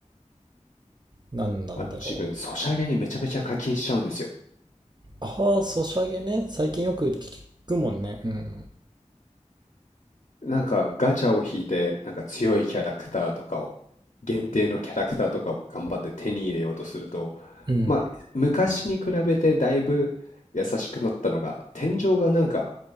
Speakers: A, on the right; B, on the left.
A: 何なんだろう
B: あの自分、ソシャゲにめちゃめちゃ課金しちゃうんですよ。
A: ああソシャゲね最近よく聞くもんねうん
B: なんかガチャを引いて、なんか強いキャラクターとかを、限定のキャラクターとかを頑張って手に入れようとすると、
A: うん
B: まあ昔に比べてだいぶ優しくなったのが、天井がなんか